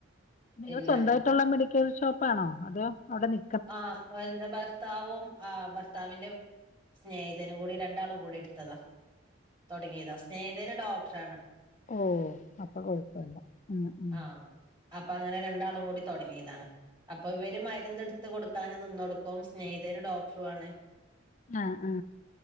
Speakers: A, on the left (about 40°); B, on the right (about 25°).
A: നിങ്ങൾ
B: ഇല്ല
A: സ്വന്തമായിട്ടുള്ള മെഡിക്കൽ ഷോപ്പാണോ അതോ അവിടെ നി
B: ആഹ് <unintelligible> ഭർത്താവും ആ ഭർത്താവിന്റെ- സ്നേഹിതനും കൂടി രണ്ടാളും കൂടി എടുത്തതാ തുടങ്ങിയതാ സ്നേഹിതന് ഡോക്ടറണ്
A: ഓ അപ്പൊ കൊഴപ്പമില്ല ഉം ഉം
B: ആഹ് അപ്പൊ അങ്ങനെ രണ്ടാളും കൂടി തുടങ്ങിയതാണ് അപ്പൊ ഇവര് മരുന്ന് എടുത്ത് കൊടുക്കാനും നിന്നോടുക്കും സ്നേഹിതനൊരു ഡോക്ടറും ആണ്
A: ആ ആ